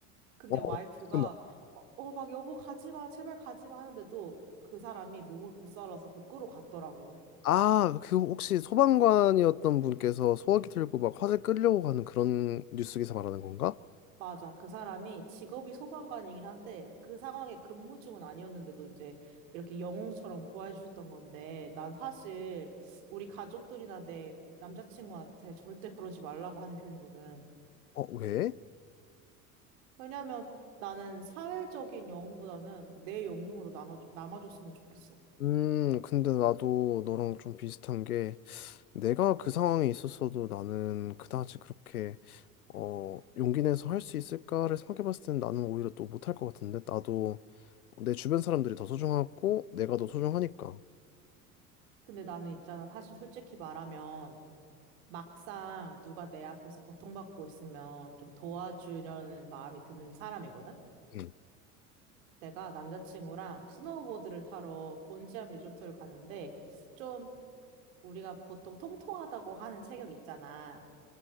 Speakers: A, on the right; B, on the left.
A: 근데
B: 어, 어.
A: 와이프가
B: 어, 좀 나고
A: 어, 어, 막 여보 가지 마, 제발 가지 마 하는데도 그 사람이 몸을 불살라서 그걸 끌어 갔더라고.
B: 아, 그 혹시 소방관이었던 분께서 소화기 들고 막 화재 끌려고 가는 그런 뉴스 기사 말하는 건가?
A: 맞아. 그 사람이 직업이 소방관이긴 한데 그 상황에 근무 중은 아니었는데도 이제 이렇게 영웅처럼 구해 주셨던 건데 난 사실 우리 가족들이나 내 남자친구한테 절대 그러지 말라고 하는 편이거든.
B: 어, 왜?
A: 왜냐하면 나는 사회적인 영웅보다는 내 영웅으로 나눠 남아줬으면 좋겠어.
B: 음, 근데 나도 너랑 좀 비슷한 게 내가 그 상황에 있었어도 나는 그다지 그렇게 어, 용기 내서 할 수 있을까를 생각해 봤을 때는 나는 오히려 또 못할 것 같은데 나도 내 주변 사람들이 더 소중하고 내가 더 소중하니까.
A: 근데 나는 있잖아. 사실 솔직히 말하면 막상 누가 내 앞에서 고통받고 있으면 좀 도와주려는 마음이 드는 사람이거든.
B: 음.
A: 내가 남자친구랑 스노우보드를 타러 곤지암 리조트를 가는데 좀 우리가 보통 통통하다고 하는 체격 있잖아.